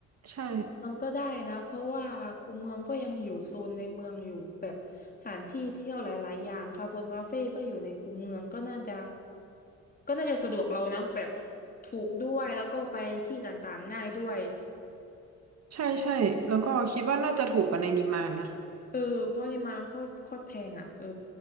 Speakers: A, on the right (about 55°); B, on the left (about 30°).
A: ใช่
B: เมืองก็ได้นะเพราะว่าคูเมืองก็ยังอยู่โซนในเมืองอยู่แบบสถานที่เที่ยวหลายๆอย่างคาเฟ่คาเฟ่ก็อยู่ในคูเมืองก็น่าจะก็น่าจะสะดวกเรานะแบบถูกด้วยแล้วก็ไปที่ต่างๆง่ายด้วย
A: ใช่ใช่แล้วก็คิดว่าน่าจะถูกกว่าในนิมมานนะ
B: เออเพราะนี่มาโคตรโคตรแพงอ่ะเออ